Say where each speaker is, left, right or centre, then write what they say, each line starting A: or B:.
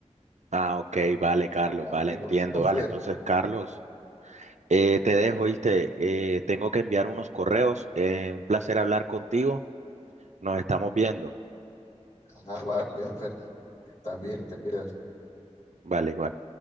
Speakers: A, on the right (about 75°); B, on the left (about 75°).
A: Ah, ok, vale, Carlos,
B: Eh, amigo,
A: vale, entiendo,
B: Jonfer,
A: vale. Entonces, Carlos, eh, te dejo, ¿viste? Eh, tengo que enviar unos correos. eh, un placer hablar contigo. Nos estamos viendo.
B: ajá, va, Jonfer, estás bien, te cuidas.
A: Vale, igual.